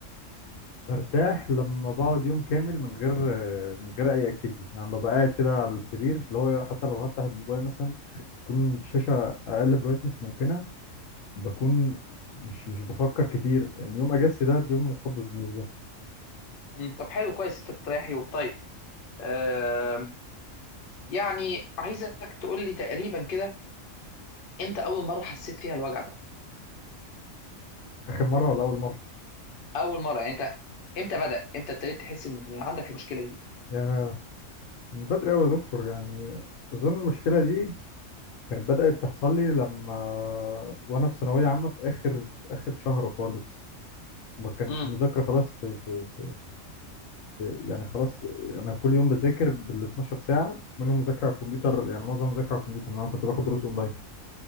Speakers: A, on the left; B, on the left.
A: برتاح لما بقعد يوم كامل من غير من غير اي اكتيفيتي يعني ببقى قاعد كده على السرير اللي هو حتى لو هفتح الموبايل مثلا تكون الشاشه اقل برايتنس ممكنه بكون مش مش بفكر كتير يعني يوم اجازتي ده اليوم مقدس بالنسبه لي
B: مم. طب حلو كويس انت بتريحي وبطيب آه يعني عايزك تقول لي تقريبا كده امتى اول مره حسيت فيها الوجع ده
A: اخر مره ولا اول مره
B: اول مره يعني انت امتى بدأ امتى ابتديت تحس ان عندك المشكله دي
A: يا من بدري قوي يا دكتور يعني اظن المشكله دي كانت بدأت تحصل لي لما وانا في ثانوية عامة في اخر اخر شهر خالص ما كانت
B: مم.
A: المذاكرة خلاص في, في, في, في يعني خلاص انا كل يوم بذاكر بال 12 ساعة منهم مذاكرة على الكمبيوتر يعني معظم مذاكرة على الكمبيوتر لأن انا كنت باخد دروس اونلاين